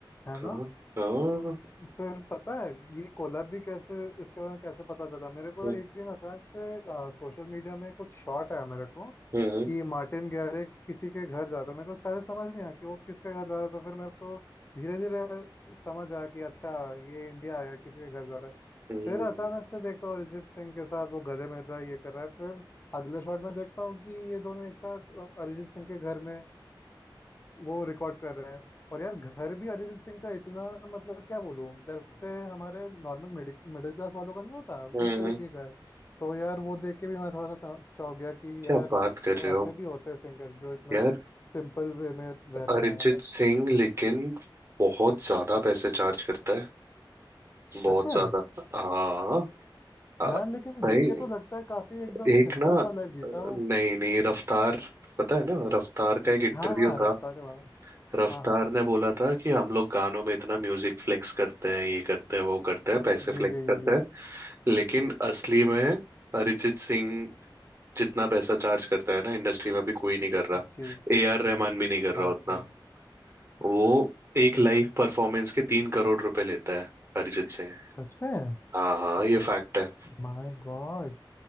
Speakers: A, on the left (about 30°); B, on the right (about 30°).
A: है
B: हाँ
A: ना
B: हाँ
A: फिर पता है ये कोलैब भी कैसे इसके बारे में कैसे पता चला मेरे को
B: हम्म
A: एक दिन अचानक से सोशल मीडिया में कुछ शॉट आया मेरे को
B: हम्म
A: कि मार्टिन गैरिक्स किसी के घर जाता है। मेरे को पहले समझ नहीं आया कि वो किसके घर जा रहा था फिर मेरे को धीरे धीरे समझ आया कि अच्छा ये इंडिया आया किसी के घर जा रहा है
B: हम्म,
A: फिर अचानक से देखता हूँ अरिजीत सिंह के साथ वो गले मिल रहा है ये कर रहा है फिर अगले शॉट में देखता हूँ कि ये दोनों एक साथ अ, अरिजीत सिंह के घर में अ, वो रिकॉर्ड कर रहे हैं और यार घर भी अरिजीत सिंह का इतना मतलब क्या बोलूं जैसे हमारे नॉर्मल मिडिल मिडिल क्लास वालों का नहीं होता
B: हम्म,
A: उस तरीके का है तो यार वो देख के भी मैं थोड़ा सा चौ- चौंक गया कि
B: क्या
A: यार
B: बात कर रहे हो
A: ऐसे भी होते हैं सिंगर जो इतना
B: यार
A: सिंपल वे में रहते
B: अरिजीत
A: हैं यार
B: सिंह लेकिन बहुत ज्यादा पैसे चार्ज करता है बहुत
A: सच में
B: ज्यादा हाँ आ,
A: यार लेकिन
B: भाई
A: देख के तो लगता है काफी एकदम
B: एक
A: सिंपल
B: ना
A: सा लाइफ जीता
B: नहीं
A: है वो
B: नहीं रफ्तार पता है ना रफ्तार का एक इंटरव्यू
A: हाँ हाँ रफ्तार
B: था
A: के बारे में
B: रफ्तार
A: हाँ हाँ
B: ने बोला था कि हम लोग गानों में इतना म्यूजिक फ्लेक्स करते हैं ये करते हैं वो करते हैं पैसे फ्लेक्स
A: जी जी
B: करते
A: जी जी
B: हैं लेकिन असली में अरिजीत सिंह जितना पैसा चार्ज करता है ना इंडस्ट्री में अभी कोई नहीं कर रहा
A: जी
B: ए आर रहमान भी नहीं कर रहा
A: बाप
B: उतना
A: रे
B: वो एक लाइव
A: <laughs>
B: परफॉर्मेंस के तीन करोड़ रुपए लेता है अरिजीत सिंह
A: सच में
B: हाँ हाँ ये फैक्ट है
A: My god